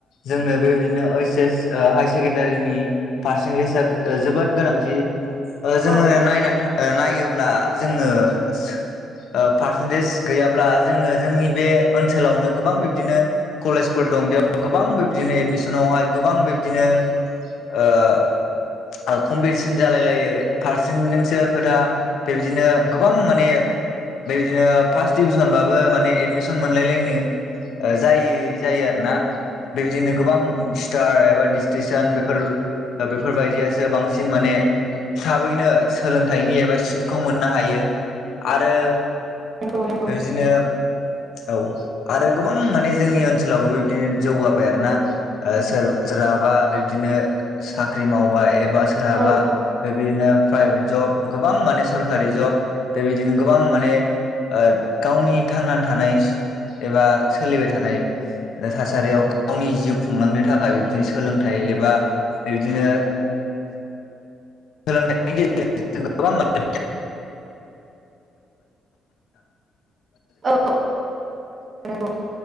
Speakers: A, on the left; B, on the right.
A: जोंनो बेबायदिनो ओइस एस ओ हायार सेकेण्डारि नि पारसेनटेजा ओ जोबोद गोनांथि ओ जोङो
B: औ
A: नायनानै नायोब्ला जोङो ओ पारसेन्टेज गैयाब्ला जोङो जोंनि बे ओनसोलावनो गोबां बिब्दिनो कलेजफोर दं बेयाव गोबां बिब्दिनो एडमिसनावहाय गोबां बिब्दिनो ओ कम्पिटिसन जालाय लायो पारसेन्जोंसो खोथा बेबायदिनो गोबां माने बेबायदिनो फार्स्ट डिभिसनबाबो माने एडमिसन मोनलायलायनो जायि जायो आरो ना। बेबायदिनो गोबां स्टार एबा डिस्टेसन बेफोर बेफोर बायदियासो बांसिन माने थाबैनो सोलोंथाइनि एबा सिटखौ मोननो हायो। आरो
B: नंगौ नंगौ
A: बिबादिनो औ आरो गोबां माने जोंनि ओनसोलावबो बेबायदिनो जौगाबाय आरो ना सोर सोराबा बा बिदिनो साख्रि मावबा एबा सोरहाबा
B: औ
A: बे बिदिनो प्राइभेट जब गोबां माने सरकारि जब बेबायदिनो गोबां माने ओ गावनि थांनानै थानाय एबा सोलिबाय थानाय ओ थासारियाव गावनि जिउ खुंलांनो थाखाय बिबदिनो सोलोंथाइ एबा बिदिनो <inaudible> <inaudible> थां <inaudible> जोङोसे
B: औ नंगौ